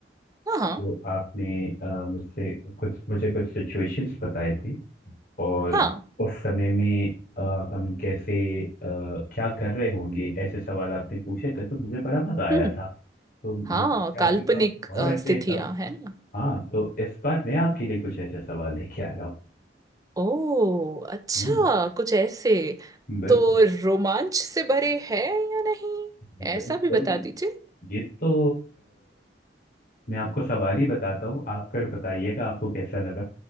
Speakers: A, on the right; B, on the left.
A: हाँ हाँ
B: तो आपने अ, मुझसे कुछ मुझे कुछ सिचुएशंस बताए थे और
A: हाँ
B: उस समय में अ, हम कैसे अ, क्या कर रहे होंगे ऐसे सवाल आपने पूछे थे तो मुझे बड़ा मज़ा आया
A: हम्म
B: था तो मुझे
A: हाँ
B: क्या
A: काल्पनिक
B: आपके पास
A: अ,
B: और ऐसे
A: स्थितियां
B: सव...
A: है ना
B: हाँ तो इस बार मैं आपके लिए कुछ ऐसे सवाल लेके आया हूँ
A: ओ अच्छा
B: हम्म,
A: कुछ ऐसे
B: बिल-
A: तो रोमांच से भरे है या नहीं
B: बिल्कुल
A: ऐसा भी बता दीजिए
B: ये तो मैं आपको सवाल ही बताता हूँ आप फिर बताइएगा आपको कैसा लगा